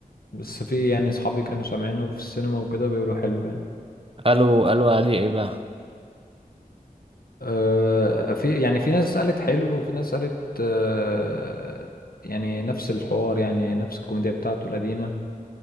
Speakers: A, on the left (about 75°); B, on the right (about 35°).
A: بس في يعني صحابي كانوا سامعينه في السينما وكده بيقولوا حلو يعني
B: قالوا قالوا عليه إيه بقى؟
A: آه في يعني في ناس قالت حلو وفي ناس قالت آه يعني نفس الحوار يعني نفس الكوميديا بتاعته القديمة